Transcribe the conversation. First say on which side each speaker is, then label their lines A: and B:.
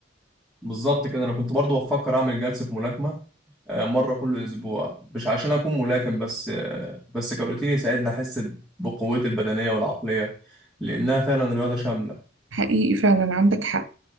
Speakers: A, in the centre; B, on the right.
A: بالظبط كده انا كنت برضو بفكر اعمل جلسة ملاكمة آه، مرة كل اسبوع مش عشان اكون ملاكم بس آه، بس كروتين يساعدني احس بقوتي البدنية والعقلية لانها فعلا رياضة شاملة
B: حقيقي فعلا عندك حق